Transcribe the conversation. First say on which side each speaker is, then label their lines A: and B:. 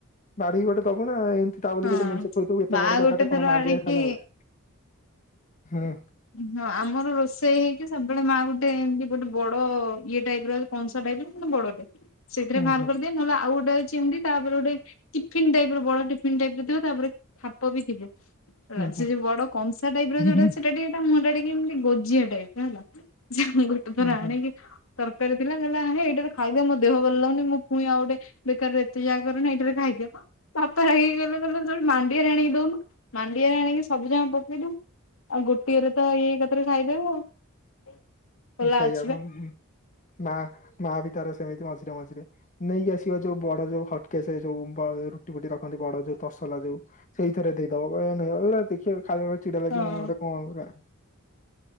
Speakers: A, on the left (about 35°); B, on the left (about 70°).
A: ବାଢିକି ଗୋଟେ ଦବୁ ନା ଏମିତି ତା ବୋଲି
B: ହଁ
A: ଗୋଟେ ମେଞ୍ଚ ଥୋଇଦବୁ ଏତେ
B: ମା
A: ବଡ ଜାଗା
B: ଗୋଟେ
A: ଟା କଣ
B: ଥର
A: ମାଣ୍ଡିଆରେ
B: ଆଣିକି
A: ଖାଇଲା ଭଳିଆ ହୁଁ।
B: ହଁ ଆମର ରୋଷେଇ ହେଇକି ସବୁବେଳେ ମାଆ ଗୋଟେ ଏମିତି ଗୋଟେ ବଡ ଇଏ ଟାଇପ୍ ର କଂସା ଟାଇପ ର କିନ୍ତୁ ବଡଟେ ସେଥିରେ
A: ହୁଁ
B: ବାହାର
A: ହୁଁ
B: କରିଦିଏ ନଲେ ଆଉ ଗୋଟେ ଅଛି ଏମିତି ତାପରେ ଗୋଟେ ଟିଫିନ୍ ଟାଇପ୍ ର ବଡ ଟିଫିନ୍ ଟାଇପ୍ ର ଥିବ ତା ଉପରେ ଖାପ ବି ଥିବ। ହେଲା
A: ହୁଁ
B: ସେ ଯୋଉ ବଡ କଂସା ଟାଇପ୍ ର ଯୋଉଟା
A: ହୁଁ
B: ଅ ଟିକେ ତା ମୁହଁ ଟା ଟିକେ ଏମିତି ଗୋଜିଆ ଟାଇପ୍ ର ହେଲା ଯେ ଆମେ ଗୋଟେ ଥର
A: ହୁଁ ହୁଁ
B: ଆଣିକି ତରକାରୀ ଥିଲା କହିଲା ହେ ଏଇଟାରେ ଖାଇଦେ ମୋ ଦେହ ଭଲ ଲାଗୁନି ପୁଣି ଆଉ ଗୋଟେ ବେକାରେ ଏତିକି ଯାଗା କରନି ଏଇଟା ରେ ଖାଇଦିଅ। ବାପା ରାଗିକି କହିଲେ କହିଲେ ତୁ ମାଣ୍ଡିଆରେ ଆଣିକି ଦଉନୁ ମାଣ୍ଡିଆରେ ଆଣିକି ସବୁଜାଁକ ପକେଇ ଦଉ ଆଉ ଗୋଟିଏରେ ତ ଇଏ ଏକାଥରେ ଖାଇଦବ ଆଉ। ଖୋଲା
A: ସେଇଆପା
B: ଅଛି ବା
A: ମା ମା ବି ତାର ସେମିତି ମଝିରେ ମଝିରେ ନେଇକି ଆସ ଯୋଉ ବଡ ଯୋଉ ହଟକେସ୍ ଯୋଉ ରୁଟି ବୁଟି ରଖନ୍ତି ବଡ ଯୋଉ ତସଲା ଯୋଉ ସେଇ ଥେରେ ଦେଇଦବ କହିବ ଏ ନେ ଏଇରା ଦେଖିବା ଖାଇବା ପାଇଁ ଚିଡା ଲାଗିବନି
B: ହଁ
A: ଗୋଟେ କଣ ଏଉରା।